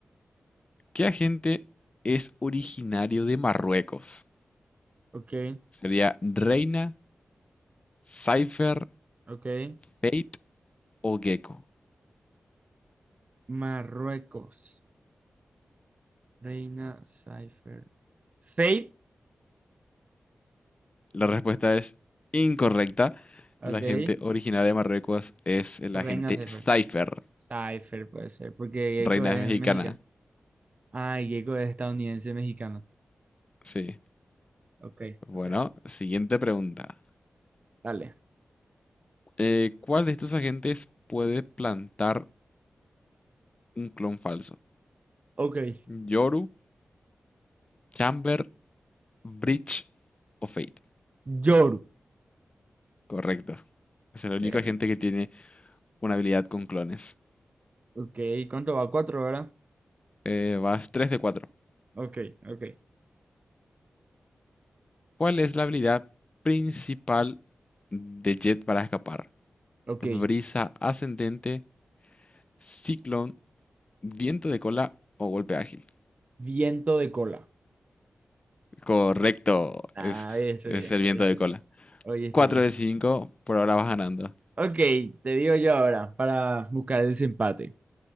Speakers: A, on the left (about 25°); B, on the right (about 30°).
A: ¿qué agente es originario de Marruecos?
B: Ok,
A: ¿Sería Reina, Cypher,
B: ok.
A: Fate o Gecko?
B: Marruecos. Reina Cypher. Fate.
A: La respuesta es incorrecta.
B: Ok.
A: La gente originaria de Marruecos es la
B: Reina
A: gente
B: Cypher.
A: Cypher,
B: Cypher puede ser, porque
A: reina
B: Gecko es
A: mexicana.
B: mexicano. Ah, y Gecko es estadounidense mexicano.
A: Sí.
B: Ok,
A: Bueno,
B: ok, ok.
A: siguiente pregunta.
B: Dale.
A: Eh, ¿cuál de estos agentes puede plantar un clon falso?
B: Ok.
A: Yoru, Chamber, Breach o Fate.
B: Yoru.
A: Correcto. Es el único
B: Eh,
A: agente que tiene una habilidad con clones.
B: ok, ¿cuánto va? Cuatro, ¿verdad?
A: Eh, vas 3 de 4.
B: Ok, ok.
A: ¿Cuál es la habilidad principal de Jet para escapar?
B: Ok,
A: Brisa ascendente, Ciclón, viento de cola o golpe ágil.
B: viento de cola.
A: Correcto,
B: Ah,
A: es,
B: hoy estudié,
A: es el viento
B: hoy estudié,
A: de cola.
B: hoy estudié.
A: 4 de 5 por ahora vas ganando.
B: Ok, te digo yo ahora para buscar el desempate.